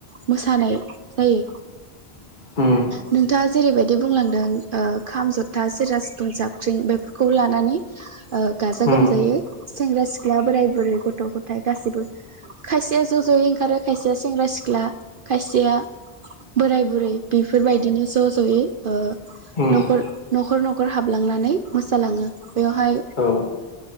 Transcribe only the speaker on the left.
उम औ उम
औ
उम
उम उम